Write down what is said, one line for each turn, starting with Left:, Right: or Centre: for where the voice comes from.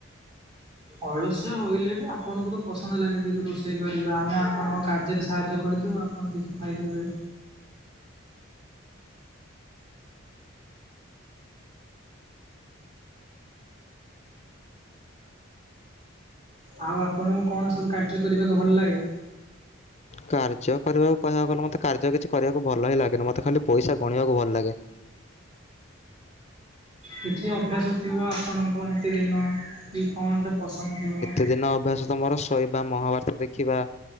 Right: ଅଳସଆ ହେୋଇଲେ ବି ଆପଣଙ୍କୁ ତ ପସନ୍ଦ ଲାଗେ ଯେେତୁ ରୋଷେଇ କରିବା ଆମେ ଆପଣଙ୍କ କାର୍ଯ୍ୟରେ ସାହାଯ୍ୟ କରିଦେଉ। କପଣ କିଛି ଖାଇଦେବେ ଆଉ ଆପଣଙ୍କୁ କଣ ସବୁ କାର୍ଯ୍ୟ କରିବାକୁ ଭଲ ଲାଗେ।
Left: କାର୍ଯ୍ୟ କରିବାକୁ କହିବାକୁ ଗଲେ ମତେ କାର୍ଯ୍ୟ କିଛି କରିବାକୁ ଭଲ ହିଁ ଲାଗେନି ମତେ ଖାଲି ପଇସା ଗଣିବାକୁ ଭଲ ଲାଗେ।
Right: କିଛି ଅଭ୍ୟାସ ଥିବ ଆପଣଙ୍କ ନିତିଦିନ କି କଣ ଟେ ପସନ୍ଦ ଥିବ।
Left: ଦ ଅଭ୍ୟାସ ତମର ଶୋଇବା ମହାଭାରତ ଦେଖିବା